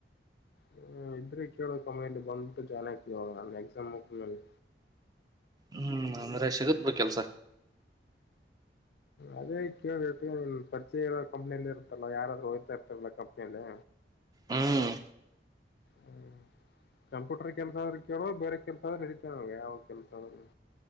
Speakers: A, on the left; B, on the right.
A: ಹ್ಮ ಇದ್ರೆ ಕೇಳೋ ತಮ್ಮ ಇಲ್ಲ್ ಬಂದ್ಬಿಟ್ಟು ಜಾಯ್ನ್ ಆಗ್ತೀ ಆವಾಗ ನ ಎಕ್ಸಾಮ್ ಮುಗ್ದ್ ಮೇಲೆ.
B: ಹ್ಮ್ ಅಂದ್ರೆ ಸಿಗತ್ ಬಾ ಕೆಲ್ಸ.
A: ಅದೇ ಕೇಳಿ ನೀನ್ ಪರಿಚಯ ಇರೋರ್ ಕಂಪ್ನಿಲ್ಲಿ ಇರತ್ತಲ್ಲ ಯಾರಾದ್ರೂ ಹೋಗ್ತಾ ಇರ್ತಾರಲ್ಲ ಕಂಪ್ನಿಲ್ಲಿ.
B: ಹ್ಮ್
A: ಹ್ಮ್ ಕಂಪ್ಯೂಟರ್ ಕೆಲ್ಸ ಆದ್ರರು ಕೇಳುವ ಬೇರೆ ಕೆಲ್ಸ ಆದ್ರ ನಡೀತೇ ನಗೆ ಯಾವ ಕೆಲ್ಸ ಅದ್ರುನು.